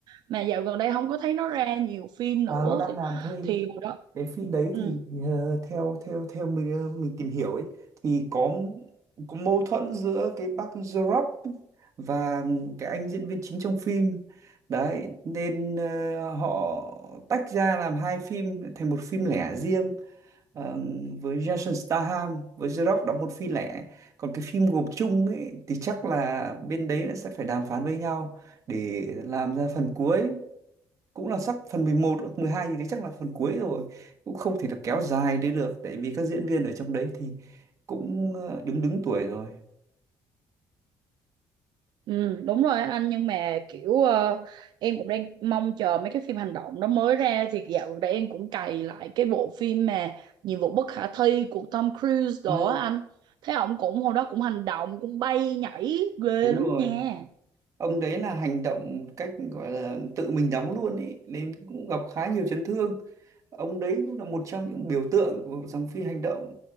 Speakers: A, on the right (about 65°); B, on the right (about 40°).
A: Mà dạo gần đây không có thấy nó ra nhiều phim
B: À,
A: nữa
B: nó đang
A: thì,
B: làm thêm
A: thì hồi đó
B: cái phim đấy
A: ừ.
B: thì ờ, theo theo theo mình ờ, mình tìm hiểu ấy thì có có mâu thuẫn giữa cái bác Jorop và cái anh diễn viên chính trong phim đấy nên ờ, họ tách ra làm hai phim thành một phim lẻ riêng ờ, với Jason Statham với Jorop đóng một phim lẻ còn cái phim gộp chung ấy thì chắc là bên đấy nó sẽ phải đàm phán với nhau để làm ra phần cuối cũng là sắp phần mười một mười hai thì đấy chắc là phần cuối rồi cũng không thể là kéo dài đi được tại vì các diễn viên ở trong đấy thì cũng ờ, đứng đứng tuổi rồi
A: Ừ, đúng rồi á anh nhưng mà kiểu ờ, em cũng đang mong chờ mấy cái phim hành động nó mới ra thì dạo gần đây em cũng cày lại cái bộ phim mà nhiệm vụ bất khả thi của Tom Cruise đó
B: à,
A: á anh thấy ổng cũng hồi đó cũng hành động cũng bay nhảy ghê
B: đúng
A: lắm
B: rồi
A: nha
B: ông đấy là hành động một cách gọi là tự mình đóng luôn ý nên cũng gặp khá nhiều chấn thương ông đấy cũng là một trong những biểu tượng của dòng phim hành động